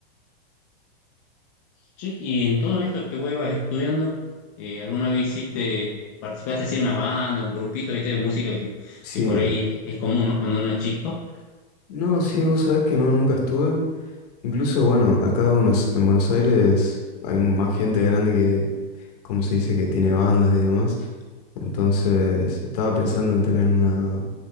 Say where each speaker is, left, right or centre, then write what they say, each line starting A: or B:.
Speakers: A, on the left; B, on the left.
A: Che, y en todo esto que vos ibas estudiando, eh, ¿alguna vez hiciste, participaste así en una banda, un grupito, viste, de música que,
B: Sí,
A: que por ahí es común, ¿no? Cuando uno es chico.
B: no, sí, vos sabés que no, nunca estuve. Incluso, bueno, acá unos, en Buenos Aires hay más gente grande que, como se dice, que tiene bandas y demás. Entonces, estaba pensando en tener una,